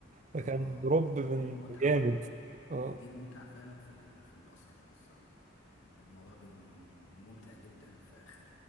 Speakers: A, on the right; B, on the left.
A: فكان
B: اه
A: دروب
B: دي
A: من
B: دي المتعه
A: جامد
B: بقى
A: اه
B: دي المتعه فعلا في ال- في الباسكت او السله الموضوع بيبقى م- ممتع جدا في اخر